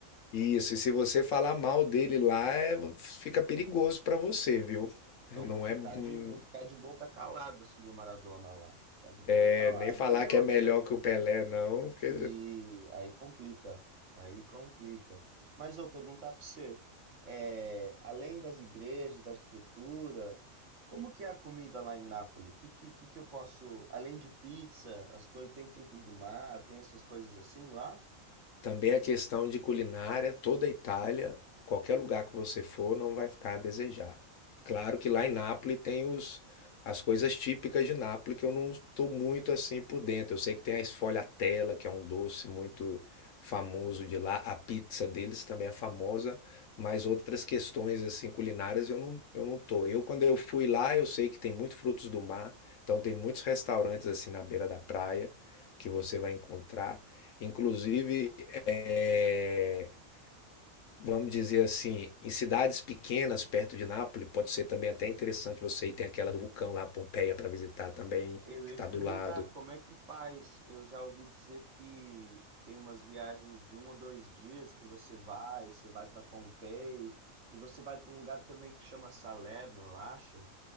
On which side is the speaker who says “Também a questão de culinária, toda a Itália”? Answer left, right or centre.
Left